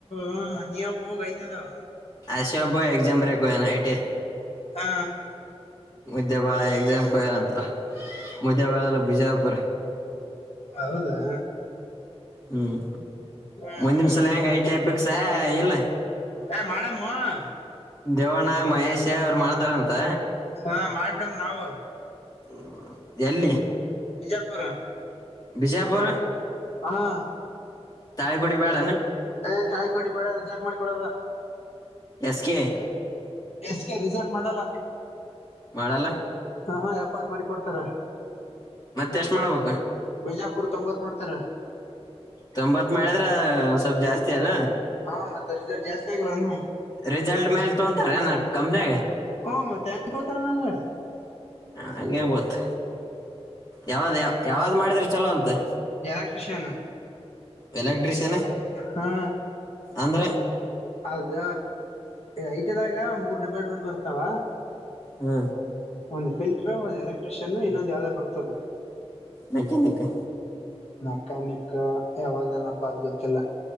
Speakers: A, on the left (about 70°); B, on the left (about 35°).
A: ಹ ನೀಬ ಕೈ ನದಾವ
B: ಆಸ ಹ ಬ ಎಕ್ಾಮ ಬ್ರ್ಯಾ ಕನ ಟೆ
A: ಹಾ
B: ಮಧ್ಯ್ಯಾ ಬಾಳ ಎಕ್ಸಾಮ್ ಕೊಯಾರ ಅಂತ ಮಧ್ಯ್ಯಾ ಬಾಳ ಎಲ್ಲ ಬಿಜಾಪುರ
A: ಹೌದಾ
B: ಹ್ಮ್
A: ಹ್ಮ್
B: ಒಂದಿನಸಲ
A: ಹ್ಮ್
B: ಹೆಂಗ ಐಟಿಪಿಕ್ಸ ಇಲ್ಲ
A: ಏ ಮಾಡಮ್ಮು ಹಾ
B: ದೇವಣ್ಣ ಮಹೇಶ ಅವ್ರು ಮಾಡ್ತಾರ ಅಂತ
A: ಹ ಮಾಡ್ಬಿಡಮ ನಾವು
B: ಹ್ಮ ಎಲ್ಲಿಿ
A: ಬಿಜಾಪುರ
B: ಬಿಜಯಪುರ್
A: ಹಾ
B: ತಾಯ್ ಕುುಡಿ ಬ್ಯಾಡಾನ್
A: ಏ ತಾಳಿಕೋಟಿ ಬೇಡ ಅರ್ಜೆಂಟ್ ಮಾಡಿ ಕೊಡಲ್ಲ.
B: ಎಸ್ಕೆ
A: ಎಸ್ ಕೆ ರಿಸರ್ಟ್ ಮಾಡಲ್ಲ.
B: ಮಾಡಲ್ಲ
A: ಹ ಹಾ ಎಪ್ಪತ್ ಮಾಡಿ ಕೊಡ್ತಾರ.
B: ಮತ್ ಎಷ್ಟ್ ಮಾಡ್ಬೇಕು
A: ಬಿಜಾಪುರ್ ತೊಂಬತ್ ಮಾಡ್ತಾರ.
B: ತೊಂಬತ್ ಮಾಡಿದ್ರೆ ಸ್ವಲ್ಪ್ ಜಾಸ್ತಿ ಅದ.
A: ಹಾ ಮತ್ತ ರಿಸಲ್ಟ್ ಜಾಸ್ತಿ ಆಗಲೆನ
B: ರಿಸಲ್ಟ್ ಮೇಲ್ ತೊಂತಾರನ ಮ ಕಂಪ್ನಿಗೆ.
A: ಹು ಮತ್ತೆ ಎಂಗ್ ತಗೊತರಣದು.
B: ಹ ಹ ಹೆಂಗ ಗೊತ್ ಯಾವ್ದ್ ಯಾವ ಯಾವಾದ್ ಮಾಡಿದ್ರೆ ಚಲೋ ಅಂತೆ
A: ಎಲೆಕ್ಟ್ರಿಷ್ಯನ್.
B: ಎಲೆಕ್ಟ್ರಿಷಿಯನ್
A: ಹಾ
B: ಅಂದ್ರೆ
A: ಅದ ಐಟಿದಾಗೆ ಮೂರ್ ಡಿಪಾರ್ಟ್ಮೆಂಟ್ ಬರ್ತಾವ.
B: ಹ್ಮ
A: ಒಂದು ಫಿಲ್ಟ್ರು ಒಂದ್ ಎಲೆಕ್ಟ್ರಿಷಿಯನ್ ಇನ್ನೊಂದು ಯಾವ್ದೊ ಬರ್ತದೆ.
B: ಮ್ಯಾಕನಿಕ್ಕ
A: ಮೆಕ್ಯಾನಿಕ್ ಯಾವ್ದನಪ ಅದು ಗೊತ್ತಿಲ್ಲ.